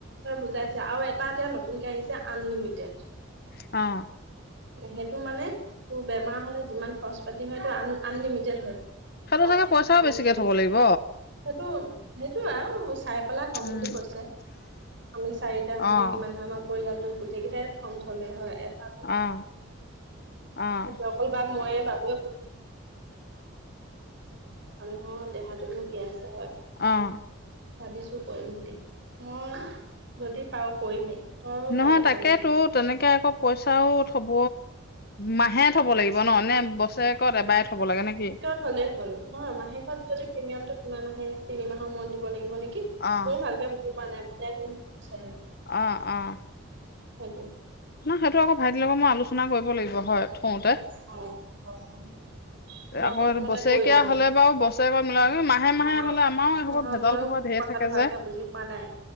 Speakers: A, on the right; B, on the left.
A: বুজাইছে আৰু এটা এতিয়া নতুনকে আহিছে আনলিমিটেড
B: অ'
A: সেইটো মানে, তোৰ বেমাৰ হ'লে যিমান খৰচ পাতি হয় সটো আন আনলিমিটেড হয়।
B: সেইটো
A: দহ
B: চাগে,
A: বিশ
B: পইচাও
A: ত্ৰিশ
B: বেছিকে
A: চল্লিশ
B: থ'ব লাগিব।
A: সেইটো, সেইটো, আৰু চাই পেলাই কম
B: উম,
A: বুলি কৈছে, আমি চাৰিটা হ'লে
B: অ',
A: কিমান হয় আমাৰ পৰিয়ালটো গোটেইকেইটাই প্ৰথম থলে হয় এটা
B: অ', অ',
A: সেই অকল বা মই বাবু মানুহৰ দেহাতো নো কি আছে হয়।
B: অ'
A: ভাবিছো কৰিম বুলি মই যদি পাও কৰিমেই। তই
B: নহয়
A: পাৰিলে
B: তাকেতো
A: কৰি থবি
B: তেনেকে আকৌ পইচাও থব মাহে থব লাগিব ন নে বস্ত বছেৰেকত এটাই থব লাগে নে কি?
A: থলেই হ'ল নহয় মাহেকত যদি প্ৰিমিয়ামটো কিমান আহে তিনিমাহৰ মোৰত দিব লাগিব নে কি।
B: অ',
A: মোৰ ভালকে বুজি পোৱা বোজাই দিবি পিছত কে
B: অ' অ'
A: হেইটো।
B: ন সেইটো আকৌ ভাইটিৰ লগত মই আলোচনা কৰিব লাগিব হয় থওঁতে
A: অ', মই
B: আকৌ
A: প্ৰথমতে
B: বছৰেকীয়া
A: কৰি লওঁ
B: হলে, বাৰু বছৰেকৈ মিল মাহে মাহে
A: অ
B: হ'লে আমাৰো এই
A: নহয়
B: খবৰ ভেজাল
A: মইয়ো
B: খবৰ ঢেৰ
A: কথাটো
B: থাকে
A: ভালকে
B: যে
A: বুজি পোৱা নাই,